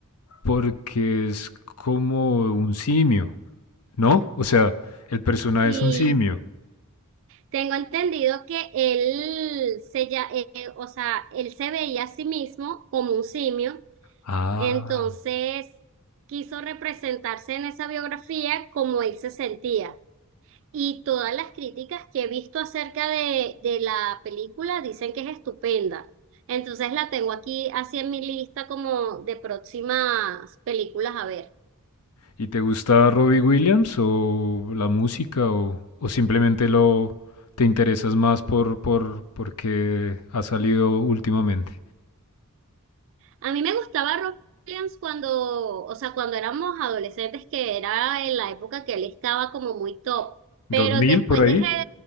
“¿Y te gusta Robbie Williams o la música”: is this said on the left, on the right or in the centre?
Left